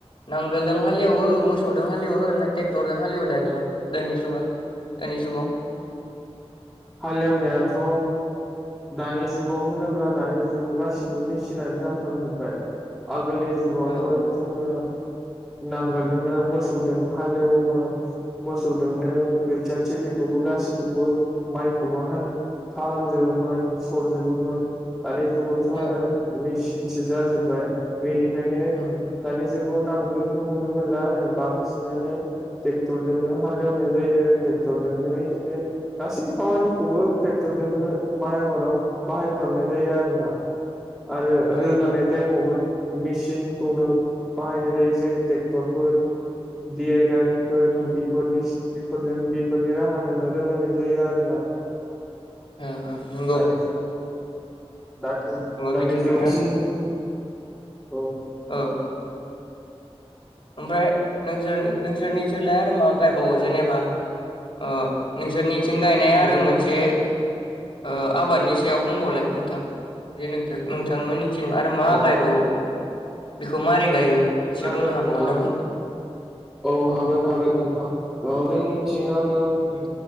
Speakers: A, on the left (about 50°); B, in the centre.
A: नांगोलजों हालेवो मोसौजों हालेवो ना ट्रेक्टरजों हालेवो दानियाव दानि जुगा दानि जुगाव
B: हालेवनायाथ' दानि जुगाव होनोब्ला दानि जुगाव गाससिबो मेचनानो जाफ्लांजोबबाय आगोलनि जुगावथ'
A: औ
B: जोङो नांगोलदोंनो मोसौजों हालेवोमोन मोसौदोंनो फिसाादथिलिखौबो गासैखौबो माइखौबो ह खालामजोबोमोन सरजोबोमोन दानि जुगावथ'
A: औ
B: आरो
A: औ
B: मेचिनसो जाजोबबाय बेनिखायनो
A: उम
B: दानि जुगा व नांगोलखौ नुनो मोनला आरो बांसिनानो ट्रेक्टरजोंनो हालेवनाय जायो। टेक्टरदोंनो इदिनो गासै खामानिखौबो टेक्टरजोंनो माइ आबादाव बाहाय फ्रामनाय जायो आरोना आरो
A: ओ
B: रोगानाय टाइमावबो मेसिनखौनो बाहायनाय जायो जेरै टेक्टरफोर डि आइ गारि फोर
A: उम
B: बेफोर मेसि बेफोरजों बेफोरनि राहाजोंनो रोगानाय जायो आरोना।
A: ओ ओ नोंगौ।
B: दानि दानि दानि
A: बिदिनो
B: जुगनि <unintelligible>
A: ओ। ओमफ्राय नोंसोर नोंसोरनिथिलाय आरो मा गायबावो जेनेबा अह नोंसोरनिथिं गायनाया आरो
B: जों
A: मोनसे ओ आबादनि सायाव बुंबावलाय नोंथां जे नोंथो नोंथां मोननि थिं आरो मा
B: अ
A: गायबावो बेखौ मारै गायो एसे
B: जागोन
A: बुंनो
B: नोंथां
A: हाबावगोन नामा?
B: औ हागोन हागोन नोंथां औ जोंनिथिं आङो
A: उम